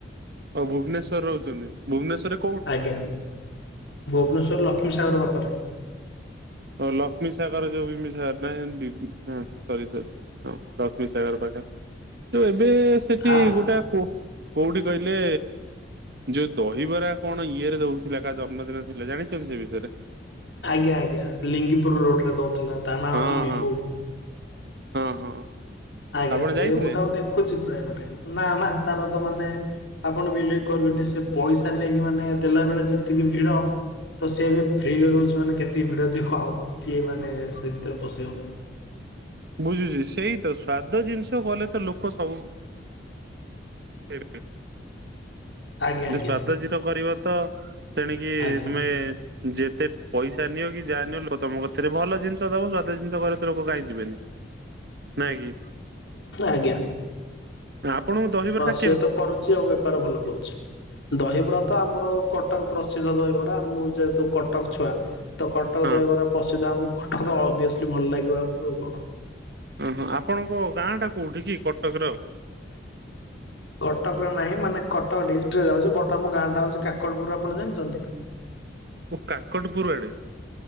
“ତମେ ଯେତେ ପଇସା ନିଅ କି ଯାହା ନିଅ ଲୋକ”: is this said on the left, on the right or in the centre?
Right